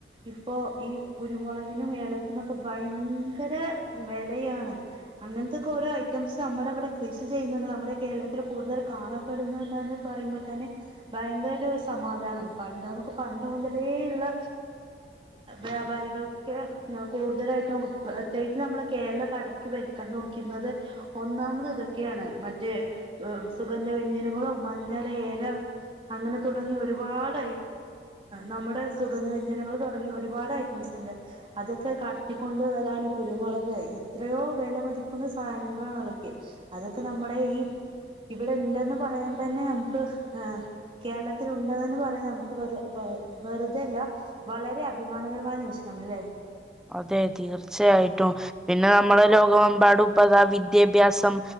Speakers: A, on the right; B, in the centre.
A: ഇപ്പൊ ഈ കുരുമുളകിനും ഏലത്തിനൊക്കെ ഭയങ്കര വിലയാണ് അങ്ങനത്തത്തെൊക്കെ ഓരോ ഐറ്റംസ് നമ്മുടെ ഇവിടെ കൃഷി ചെയ്യുന്നുണ്ട് നമ്മുടെ കേരളത്തിൽ കൂടുതൽ കാണ ടുന്നുണ്ടന്ന് പറയുമ്പോ തന്നെ ഭയങ്കര സമാധാനം പണ്ട് നൊക്കെ പണ്ട് മുതലേുള്ള വ്യാപാരികൾക്ക് ക്കൊക്കെ കൂടുതലായിട്ടും പ്രത്യേകിച്ച് നമ്മള കേരള കടക്കി ഭരിക്കാൻ നോക്കുന്നത് ഒന്നാമത് ഇതൊക്കെയാണ് മറ്റേ സുഗന് വ്യഞ്ജനങ്ങളും മഞ്ഞൾ ഏല അങ്ങനെ തുടങ്ങി ഒരുപാട് നമ്മുടെ സുഗന്ധവ്യഞ്ജനങ്ങൾ തുടങ്ങിയ ഒരുപാട് ഐറ്റംസ് ഉണ്ട് അതൊക്കെ കടത്തിക്കൊണ്ട് വരാനും കുരുമുളക് എത്രയോ വില മതിക്കുന്ന സാധനങ്ങളാണ് അതൊക്കെ അതൊക്കെ നമ്മുടെ ഈ ഇവിടെ ഉണ്ടന്ന് പറയാൻ തന്നെ നമുക്ക് കേരളത്തിൽ ഉണ്ടതെന്ന് പറയാൻ നമുക്ക് വെറുതല്ല വളരെ അഭിമാനകരമായ നിമിഷണല്ലേ
B: അതെ തീർച്ചയായിട്ടും പിന്നെ നമ്മള ലോകമെമ്പാടു ഇപ്പൊ ദാ വിദ്യാഭ്യാസം